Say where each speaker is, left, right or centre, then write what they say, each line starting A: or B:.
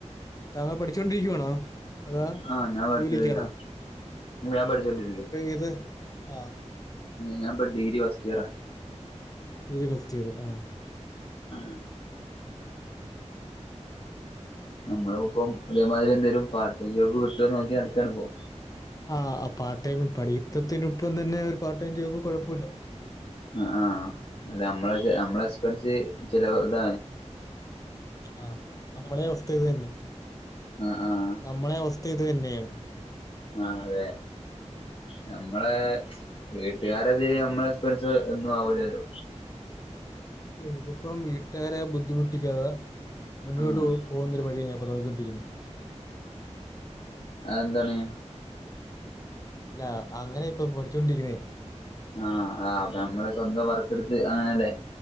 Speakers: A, on the left; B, on the left.
A: താങ്കൾ പഠിച്ചുകൊണ്ടിരിക്കുവാണോ? അതാ
B: ആഹ് ഞാൻ പഠിച്ചോണ്ടിരിക്ക
A: ജോലിക്കാണോ
B: ഞാൻ പഠിച്ചോണ്ടിരിക്ക
A: ഏത് ആ
B: ഞാനപ്പ ഡിഗ്രി ഫസ്‌റ്റിയറാ
A: ഡിഗ്രി ഫസ്റ്റ് ഇയർ ആ
B: ഉ നമ്മള ഇപ്പം ഒരേ മാതിരി എന്തേലും പാർട്ട് ടൈം ജോബ് കിട്ടോന്ന് നോക്കി നടക്കാണ്പ്പോ.
A: ആഹ് ആ പാർട്ട്ടൈം പഠിത്തത്തിനൊപ്പം തന്നെ ഒരു പാർട്ട് ടൈം ജോബ് കുഴപ്പമില്ല.
B: ആ ആഹ അല്ല നമ്മള് നമ്മള എക്സ്പെൻസ് ചില ഇത
A: ആഹ് നമ്മളെഅവസ്ഥ ഇത് തന്നെ
B: ആഹ് ആഹ്
A: നമ്മളെ അവസ്ഥ ഇത് തന്നെയാണ്.
B: ആ അതെ. നമ്മളെ വീട്ടുകാരതിരേ നമ്മളെ എക്സ്പെൻസ് ഒന്നും ആവൂലല്ലോ.
A: ഇത് ഇപ്പം വീട്ടുകാരെ ബുദ്ധിമുട്ടിക്കാതെ മുന്നോട്ട്
B: ആഹ്
A: പോവും. പോകുന്നൊരു വഴിയാ ഞാൻ ഇപ്പോ നോക്കിക്കൊണ്ടിരിക്കുന്നത്.
B: അതെന്താണ്?
A: അല്ല അങ്ങനെ ഇപ്പോ പഠിച്ചൊണ്ടിരിക്കുന്നേ.
B: ആഹ് അ നമ്മള് സ്വന്തം വർക്ക് എടുത്ത് അങ്ങനല്ലേ.